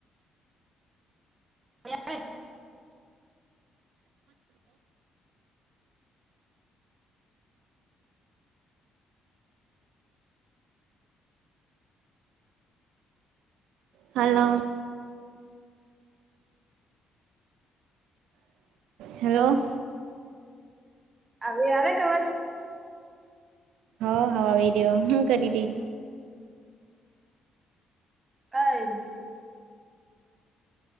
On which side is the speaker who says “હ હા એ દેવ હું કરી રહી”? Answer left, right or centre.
Right